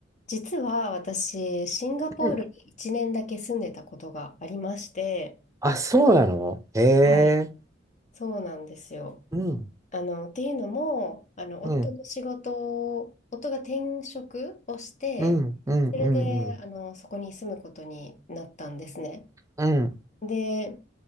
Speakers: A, on the left; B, on the right.
A: 実は私、シンガポールに1年だけ住んでたことがありまして、
B: うん。あ、そうなのへえ。
A: はい。そうなんですよ。
B: うん。
A: あの、っていうのも、あの、夫の仕事を、
B: うん。
A: 夫が転職をして、
B: うん。うん。
A: それで、
B: うん。うん。
A: あの、そこに住むことになったんですね。
B: うん。
A: で、